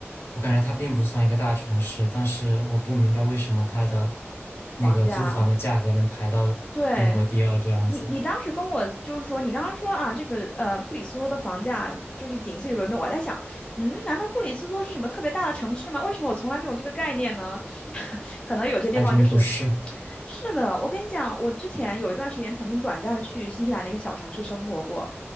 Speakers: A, on the left; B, on the left.
A: 我感觉他并不算一个大城市，但是我不明白为什么他的
B: 房价？
A: 那个租房的价格能排到英国第二这样子，
B: 对，你你当时跟我就是说，你刚刚说啊，这个呃，布里斯托的房价就是仅次于伦敦。我在想，嗯，难道布里斯托是什么特别大的城市吗？为什么我从来没有这个概念呢？<laughs> 可能有些地方就是，
A: 还真不是。
B: 是的。我跟你讲，我之前有一段时间曾经短暂的去新西兰的一个小城市生活过，